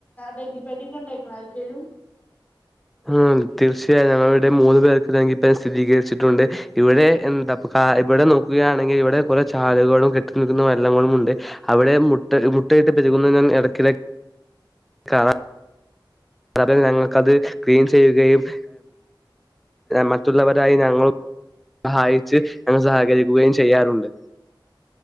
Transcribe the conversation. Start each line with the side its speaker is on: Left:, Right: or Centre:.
Left: ഡെങ്കിപ്പനിഒക്കെ ഉണ്ടയിക്ക്ണോ ആര്ക്കേലും?
Centre: ആഹ് തീർച്ചയായും ഞങ്ങള ഇടെ മൂന്ന് പേർക്ക് ടങ്കിപ്പനി സ്ഥിരീകരിച്ചിട്ടുണ്ട്. ഇവിടെ എന്താ ഇവിടെ നോക്കുകയാണെങ്കിൽ ഇവിടെ കുറെ ചാലുകളും കെട്ടി നിൽക്കുന്ന വരള്ളങ്ങളും ഉണ്ട്- അവിടെ മുട്ട മുട്ടയിട്ട് പെരുകുന്ന ഇടയ്ക്കിടെ കാണാം- അത് ഞങ്ങൾക്കത് ക്ലീൻ ചെയ്യുകയും- മറ്റുള്ളവരായി ഞങ്ങൾ സഹായിച്ച് ഞങ്ങൾ സഹകരിക്കുകയും ചെയ്യാറുണ്ട്-